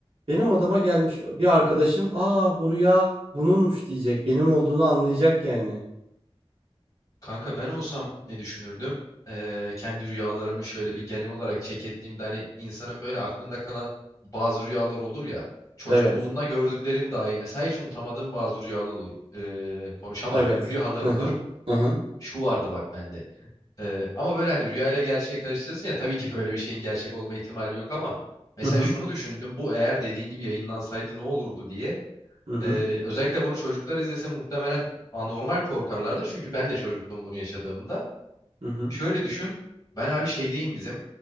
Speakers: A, on the right (about 60°); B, on the left (about 35°).
A: Benim odama gelmiş bir arkadaşım aa bu rüya bununmuş diyecek benim olduğunu anlayacak yani.
B: Kanka ben olsam ne düşünürdüm? Ee, kendi rüyalarımı şöyle bir genel olarak check ettiğimde hani insanın böyle aklında kalan bazı rüyalar olur ya. Çocukluğunda
A: Evet
B: gördüklerin dahi mesela hiç unutamadığım bazı rüyalar olur. Ee, konuşamadım.
A: evet
B: <laughs> Rüyalar
A: hı
B: olur.
A: hı hı hı
B: şu vardı bak bende. Ee, ama böyle hani rüyayla gerçeği karıştırırsın ya tabii ki böyle bir şeyin gerçek olma ihtimali yok ama mesela
A: hı hı
B: şunu düşündüm bu eğer dediğin gibi yayınlansaydı ne olurdu diye.
A: hı
B: Ee, özellikle bunu çocuklar izlese muhtemelen anormal korkarlardı çünkü ben de çocuktum bunu yaşadığımda.
A: hı hı hı.
B: Şöyle düşün ben abi şeydeyim bizim